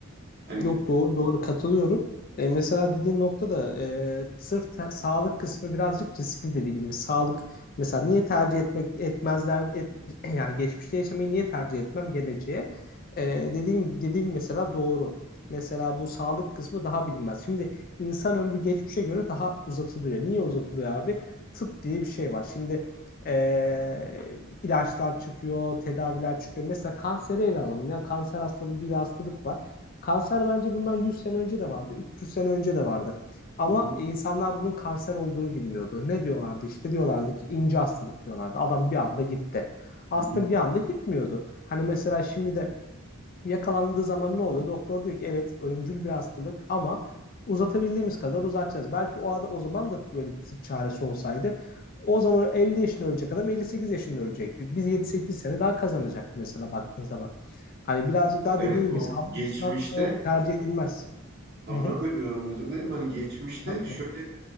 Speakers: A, on the right; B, on the left.
A: Hani
B: Yok doğru doğru katılıyorum. E, mesela dediğin nokta da e, sırf te- sağlık kısmı birazcık riskli dediğin gibi. Sağlık mesela niye tercih etmek etmezler et, <clears throat> yani geçmişte yaşamayı niye tercih etmem geleceğe? E, dediğin dediğin mesela doğru. Mesela bu sağlık kısmı daha bilinmez. Şimdi insan ömrü geçmişe göre daha uzatılıyor. Niye uzatılıyor abi? Tıp diye bir şey var. Şimdi e, ilaçlar çıkıyor, tedaviler çıkıyor. Mesela kanseri ele alalım ya kanser hastalığı diye bir hastalık var. Kanser bence bundan 100 sene önce de vardı, 300 sene önce de vardı. Ama
A: Hı hı,
B: insanlar bunun kanser olduğunu bilmiyordu. Ne diyorlardı işte diyorlardı ki ince hastalık diyorlardı. Adam bir anda gitti. Aslında
A: hı hı.
B: bir anda gitmiyordu. Hani mesela şimdi de yakalandığı zaman ne oluyor? Doktor diyor ki evet ölümcül bir hastalık ama uzatabildiğimiz kadar uzatacağız. Belki o, adam, o zaman da böyle bir tıp çaresi olsaydı o zaman 50 yaşında ölecek adam 58 yaşında ölecekti. Biz 7-8 sene daha kazanacaktık mesela baktığın zaman. Hani birazcık daha
A: evet
B: dediğin
A: o
B: gibi sağlık
A: geçmişte
B: açısından şey yap- tercih edilmez.
A: lafını
B: Hı hı.
A: bölüyorum özür dilerim. Hani geçmişte
B: Hesapla.
A: şöyle